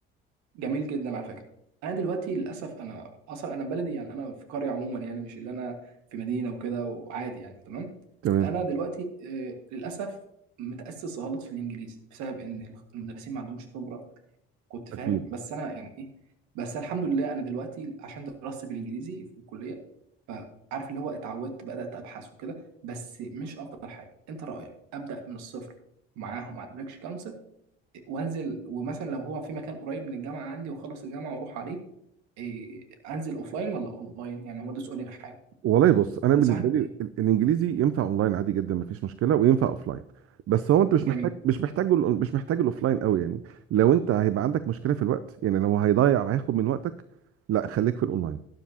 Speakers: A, on the right; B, on the right.
A: جميل جدا على فكره انا دلوقتي للاسف انا اصلا انا بلدي يعني انا في قريه عموما يعني مش اللي انا في مدينه وكده وعادي يعني تمام
B: تمام
A: انا دلوقتي آه، للاسف متاسس غلط في الانجليزي بسبب ان المدرسين ما عندهمش خبره كنت فاهم
B: اكيد
A: بس انا يعني ايه بس أنا الحمد لله انا دلوقتي عشان دراستي بالانجليزي في الكليه فعارف اللي هو اتعودت بدات ابحث وكده بس مش افضل حاجه انت رايك ابدا من الصفر معاهم مع البريكش كونسل وانزل ومثلا لو هو في مكان قريب من الجامعه عندي وخلص الجامعه واروح عليه إيه انزل اوفلاين ولا اونلاين يعني هو ده سؤالي الحالي
B: والله بص انا
A: تنصحني
B: بالنسبه لي
A: بايه
B: ال- الانجليزي ينفع اونلاين عادي جدا مفيش مشكله وينفع اوفلاين بس هو انت مش
A: جميل
B: محتاج مش محتاج ال- مش محتاج الاوفلاين قوي يعني لو انت هيبقى عندك مشكله في الوقت يعني لو هيضيع وهياخد من وقتك لا خليك في الاونلاين